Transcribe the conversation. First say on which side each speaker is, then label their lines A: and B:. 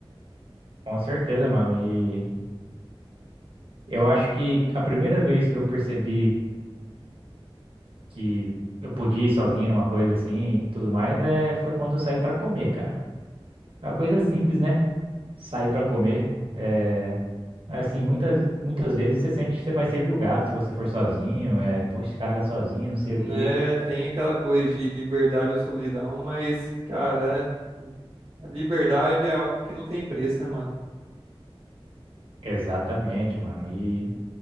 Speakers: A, on the right; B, on the right.
A: Com certeza, mano. E eu acho que a primeira vez que eu percebi que eu podia ir sozinho numa coisa assim e tudo mais é, foi quando eu saí pra comer, cara. É uma coisa simples, né? Sair pra comer. É, assim, muitas, muitas vezes você sente que você vai ser julgado se você for sozinho. É, pô, esse cara tá sozinho, não sei o
B: Né?
A: quê.
B: Tem aquela coisa de liberdade ou solidão, mas, cara, é- a liberdade é algo que não tem preço, né, mano?
A: Exatamente, mano. E,